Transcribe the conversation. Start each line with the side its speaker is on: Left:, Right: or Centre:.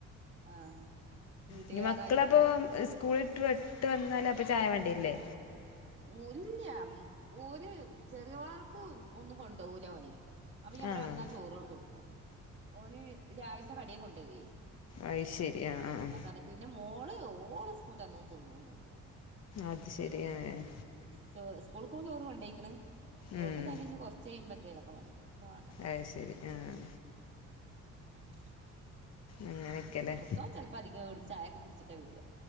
Right: ആഹ് വീട്ടില്
Left: ഇനി
Right: വേറെ
Left: മക്കളപ്പൊ
Right: ആരുല്ലേ
Left: സ് സ്കൂളി ടു ട്ട് വന്നാല് അപ്പം ചായ വാണ്ടി വരില്ലേ?
Right: -ല്ല ഓര് ചെറിയാൾക്ക് ഒന്നും കൊണ്ടോവൂല ഓന്. അപ്പ ഞാൻ ഇവിടെ
Left: ആഹ്
Right: വന്നാ ചോറട് കൊടുക്കും ഓന് രാവിലത്തെ കടിയാ കൊണ്ടോ വെയ്.
Left: അയ് ശരി ആഹ് ആഹ്
Right: അതാണ് പിന്നെ മോള് ഓള് സ്കൂളിട്ട് വന്നാ ഒന്നും തിന്നൊന്നില്ല.
Left: അത് ശരി ആഹ്
Right: ചോ സ്കൂൾക്ക്‌ ഓള് ചോറ് കൊണ്ടേയ്ക്ക്ണ്.
Left: ഉം
Right: ഓൾക്കും തന്നെ ഇഞ്ഞി കൊറച്ചയുമ്പം എന്തേലൊക്കെ മതി ഇപ്പ വാണ്ട.
Left: അത് ശരി ആഹ്
Right: ഉം
Left: അങ്ങനെയൊക്കെല്ലേ
Right: പിന്നെ മൂത്തോൻ ചെലപ്പോ അധികം അവിടുന്ന് ചായയൊക്കെ കുടിച്ചിട്ടാ വെര.